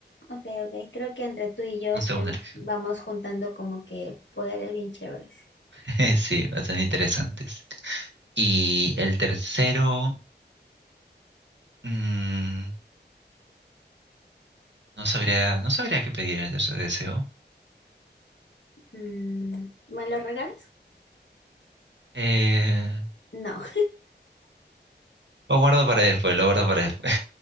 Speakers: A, on the left; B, on the right.
A: ok, ok. Creo que entre tú y yo
B: una
A: estén,
B: segunda elección.
A: vamos juntando como que poderes bien chéveres.
B: <laughs> Sí, bastante interesantes. Y el tercero, mm, no sabría, no sabría qué pedir en el tercer deseo.
A: Mm, ¿me los regales?
B: Eh,
A: No.
B: lo guardo para después, lo guardo para después.